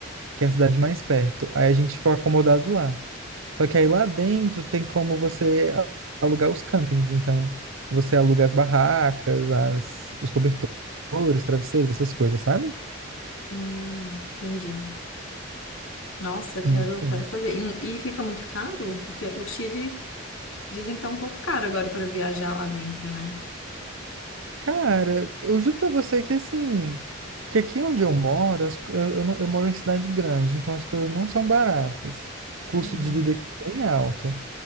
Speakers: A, on the right; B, on the left.
A: que é a cidade mais perto. Aí a gente ficou acomodado lá. Só que aí lá dentro tem como você a- alugar os campings. Então, você aluga as barracas, as, os cobertores, travesseiros, essas coisas, sabe?
B: Hum, entendi. Nossa, eu quero,
A: Muito bom.
B: quero fazer. E, e fica muito caro? Porque o Chile dizem que tá um pouco caro agora para viajar lá dentro, né?
A: Cara, eu juro pra você que assim, que aqui onde eu moro, as co- eu, eu, não- eu moro em cidade grande, então as coisas não são baratas. O
B: Uhum,
A: Custo de vida aqui é bem alto.